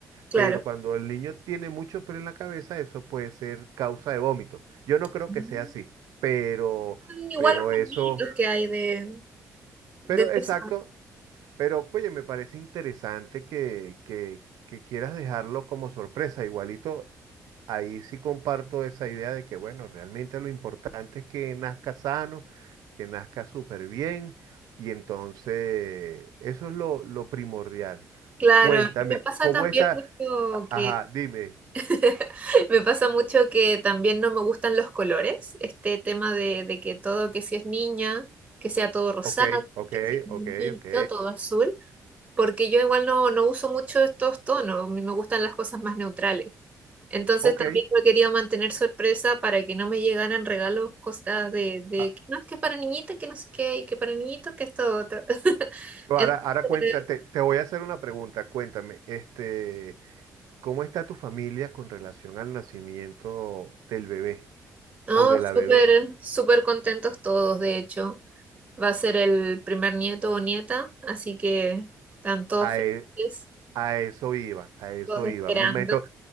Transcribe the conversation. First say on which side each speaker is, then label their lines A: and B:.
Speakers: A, on the right; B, on the right.
A: claro.
B: pero cuando el niño tiene mucho pelo en la cabeza, eso puede ser causa de vómito. Yo no
A: Son
B: creo que sea así, pero,
A: igual
B: pero
A: unos
B: eso,
A: mitos que hay de, de
B: pero
A: cosas.
B: exacto, pero oye, me parece interesante que, que, que quieras dejarlo como sorpresa. Igualito, ahí sí comparto esa idea de que, bueno, realmente lo importante es que nazca sano, que nazca súper bien, y entonces eso es lo, lo primordial.
A: Claro,
B: Cuéntame,
A: a mí me pasa
B: ¿cómo
A: también
B: está?
A: mucho que
B: Ajá, dime.
A: <laughs> me pasa mucho que también no me gustan los colores, este tema de, de que todo, que si es niña, que sea todo rosado,
B: Ok, ok,
A: que si es niñito,
B: ok, ok,
A: todo azul, porque yo igual no, no uso mucho estos tonos, a mí me gustan las cosas más neutrales. Entonces
B: ok.
A: también yo quería mantener sorpresa para que no me llegaran regalos, cosas de, de
B: Ah,
A: que no es que es para niñita, que no sé qué, y que para niñito, que esto otro. <laughs>
B: pero
A: Entonces,
B: ahora, ahora cuéntate, te voy a hacer una pregunta. Cuéntame, este, ¿cómo está tu familia con relación al nacimiento del bebé
A: No,
B: o de
A: súper,
B: la bebé?
A: súper contentos todos, de hecho. Va a ser el primer nieto o nieta, así que están todos
B: A,
A: felices,
B: e- a eso iba, a eso
A: todos esperando.
B: iba. Me, ima- ento-